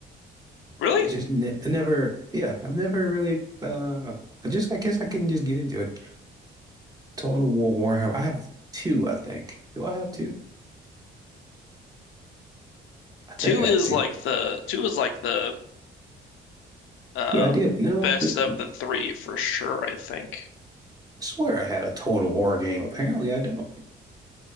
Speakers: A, on the left; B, on the right.
A: Really?
B: I just ne I never, yeah, I've never really. Uh, I just, I guess I couldn't just get into it. Total War Warhammer. I have two, I think. Do I have two? I think
A: Two
B: I
A: is
B: have two.
A: like the two is like the uh
B: Yeah, I did. No,
A: best
B: dude,
A: of
B: I
A: the three for sure, I think.
B: swear I had a Total War game. Apparently, I don't.